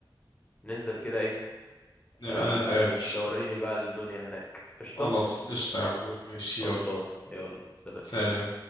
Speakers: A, on the left; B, on the left.
A: ننزل كده ايه
B: نبقى
A: آه...
B: نتقابل
A: توريني بقى الدنيا هناك قشطه
B: خلاص قشطة يا عبود ماشي
A: خلصان
B: يلا
A: يلا سلام
B: سلام